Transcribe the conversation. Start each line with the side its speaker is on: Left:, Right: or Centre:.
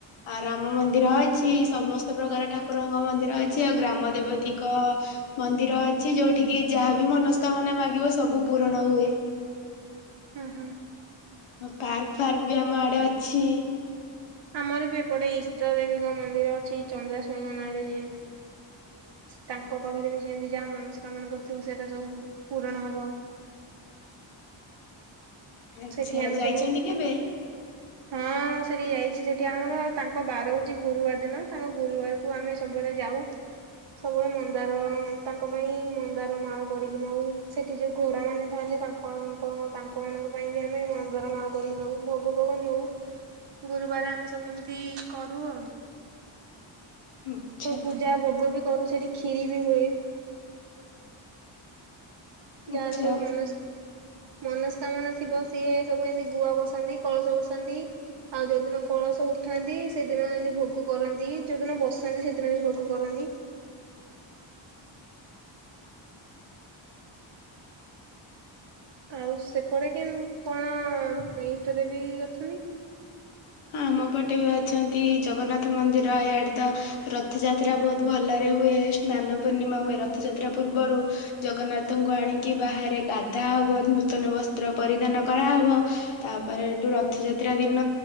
Left: ଆ ରାମ ମନ୍ଦିର ଅଛି ସମସ୍ତ ପ୍ରକାର ଠାକୁରଙ୍କ ମନ୍ଦିର ଅଛି। ଆଉ ଗ୍ରାମ ଦେବତୀଙ୍କ ମନ୍ଦିର ଅଛି ଯୋଉଠିକି ଯାହା ବି ମନସ୍କାମନା ମାଗିବ ସବୁ ପୂରଣ ହୁଏ।
Right: ହୁଁ ହୁଁ
Left: ହଁ ପାର୍କ ଫାର୍କ ବି ଆମ ଆଡେ ଅଛି।
Right: ଆମର ବି ଏପଟେ ଇଷ୍ଟ ଦେବୀଙ୍କ ମନ୍ଦିର ଅଛି ଚନ୍ଦ୍ରାଶୁଣୀଙ୍କ ନାଁରେ ଯିଏ। ତାଙ୍କ ପାଖରେ ବି ସେମିତି ଯାହା ମନସ୍କାମନା କରିଥିବ ସେଟା ସବୁ ପୂୁରଣ ହବ।
Left: ଆଛା
Right: ସେଠି ଆମେ
Left: ଯାଇଛନ୍ତି
Right: ସବୁ
Left: କେବେ?
Right: ହଁ ସେଠିକି ଯାଇଛି ସେଠି ଆମର ତାଙ୍କ ବାର ହଉଛି ଗୁରୁବାର ଦିନ। ତାଙ୍କ ଗୁରୁବାରକୁ ଆମେ ସବୁବେଳେ ଯାଉ ସବୁବେଳେ ମନ୍ଦାର ତାଙ୍କ ପାଇଁ ମନ୍ଦାର ମାଳ କରିକି ନଉ ସେଠି ଯୋଉ ଘୋଡା ମାନେ ଥାଆନ୍ତି ତାଙ୍କ ଙ୍କ ତାଙ୍କ ମାନଙ୍କ ତା ପାଇଁ ବି ଆମେ ମନ୍ଦାର ମାଳ କରିି ନଉ ଭୋଗ ଭୋଗ ନଉ। ଗୁରୁବାର ଆମେ ସବୁ ଏମିତି କରୁ ଆଉ।
Left: ଆଚ୍ଛା
Right: ସବୁ ପୂଜା ଭୋଗ ବି କରୁ ସେଠି କ୍ଷିରି ବି ହୁଏ। ଯାହାର
Left: ଆଚ୍ଛା।
Right: ସବୁ
Left: ହଁ
Right: ମନସ୍ ମନସ୍କାମନା ଥିବ ସିଏ ସବୁ ଏମିତି ଗୁଆ ବସାନ୍ତି କଳସ ବସାନ୍ତି। ଆଉ ଯୋଉଦିନ କଳସ ଉଠାନ୍ତି ସେଦିନ ଏମିତି ଭୋଗ କରନ୍ତି। ଯୋଉଦିନ ବସାନ୍ତି ସେଦିନ ବି ଭୋଗ କରନ୍ତି। ଆଉ ସେପଟେ କି କଣ ଇଷ୍ଟ ଦେବୀ ଅଛନ୍ତି।
Left: ଆମ ପଟେ ବି ଅଛନ୍ତି। ଜଗନ୍ନାଥ ମନ୍ଦିର ଇଆଡ଼େ ତ ରଥଯାତ୍ରା ବହୁତ ଭଲରେ ହୁଏ। ସ୍ନାନ ପୂର୍ଣ୍ଣିମା ହୁଏ ରଥଯାତ୍ରା ପୂର୍ବରୁ ଜଗନ୍ନାଥଙ୍କୁ ଆଣିକି ବାହାରେ ଗାଧାହବ ନୂତନ ବସ୍ତ୍ର ପରିଧାନ କରାହେବ। ତାପରେ ଏଠୁ ରଥଯାତ୍ରା ଦିନ